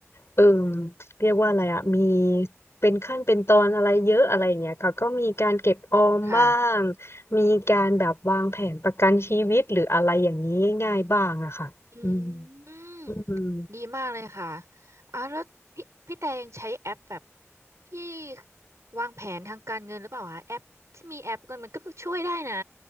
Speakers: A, on the left; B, on the right.
A: เออเรียกว่าอะไรอะมีเป็นขั้นเป็นตอนอะไรเยอะอะไรอย่างเงี้ยค่ะก็มีการเก็บออมบ้าง
B: ค่ะ
A: มีการแบบวางแผนประกันชีวิตหรืออะไรอย่างนี้ง่ายๆบ้างอะค่ะอืม
B: อืมอืม
A: อืม
B: ดีมากเลยค่ะอ่าแล้วพี่พี่แต่ยังใช้แอปแบบที่วางแผนทางการเงินหรือเปล่าคะแอปที่มีแอปกันมันก็ช่วยได้นะ